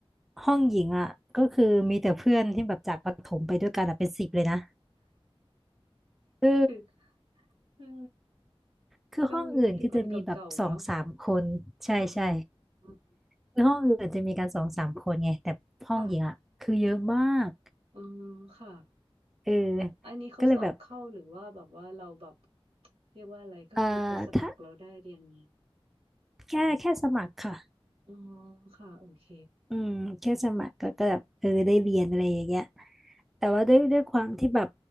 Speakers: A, in the centre; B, on the right (about 80°).
A: ห้องหญิงอ่ะก็คือมีแต่เพื่อนที่แบบจากประถมไปด้วยกันอะเป็นสิบเลยนะเออ
B: คือคือ
A: คือห้องอื่นคือจะมีแบบสองสามคนใช่ใช่
B: เกาหลีแต่คนเก่าๆเนาะค่ะอืม
A: ในห้องอื่นอาจจะมีกันสองสามคนไงแต่ห้องหญิงอ่ะคือเยอะมาก
B: ค่ะอืมค่ะ
A: เออ
B: อะอันนี้เขาสอบเข้าหรือว่าแบบว่าเราแบบ
A: ก็เลยแบบ
B: เรียกว่าอะไรก็คือไปสมัครเราได้เรียนนี้
A: เอ่อถ้าแค่แค่สมัครค่ะ
B: ค่ะอ๋อค่ะโอเค
A: อืมแค่สมัครก็ก็แบบเออได้เรียนอะไรอย่างเงี้ยแต่ว่าด้วยด้วยความที่แบบ